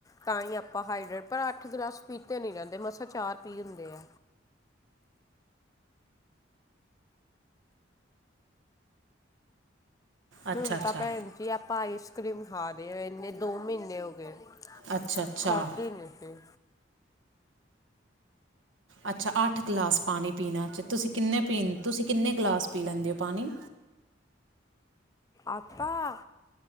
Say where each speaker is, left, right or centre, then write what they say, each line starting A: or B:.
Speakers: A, on the left (about 15°); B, on the right (about 80°).
A: ਤਾਂ ਹੀ ਆਪਾਂ ਹਾਈਡਰੇਟ ਪਰ ਅੱਠ ਗਲਾਸ ਪੀਤੇ ਨੀ ਰਹਿੰਦੇ ਮਸਾ ਚਾਰ ਪੀ ਹੁੰਦੇ ਏ।
B: ਅੱਛਾ
A: ਹੁਣ
B: ਅੱਛਾ
A: ਤਾਂ ਪੈਣ ਜੀ ਆਪਾਂ ਆਈਸ ਕਰ੍ਰੀਮ ਖਾ ਰਹੇ। ਇੰਨੇ ਦੋ ਮਹੀਨੇ ਹੋ ਗਏ।
B: ਅੱਛਾ ਅੱਛਾ
A: ਖਾ ਦੀ ਨੀ ਸੀ।
B: ਅੱਛਾ ਅੱਠ ਗਲਾਸ ਪਾਣੀ ਪੀਣਾ 'ਚ ਤੁਸੀਂ ਕਿੰਨੇ ਪੀ, ਤੁਸੀਂ ਕਿੰਨੇ ਗਲਾਸ ਪੀ ਲੈਂਦੇ ਹੋ ਪਾਣੀ?
A: ਆਪਾਂ